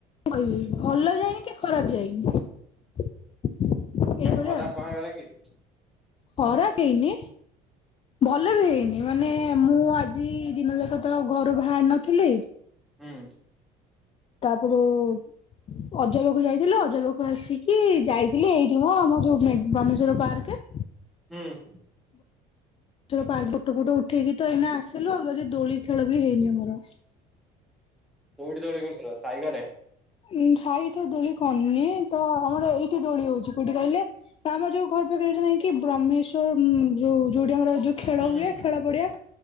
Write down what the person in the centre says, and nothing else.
କାହିଁ ଖରାପ
କଣ ହେଲାକି
ହୁଁ
ହୁଁ।
ହୁଁ
କଉଠି ଦୋଳି ଖେଳୁଥିଲ ସାଇଘରେ।
ହୁଁ
ହୁଁ ହୁଁ।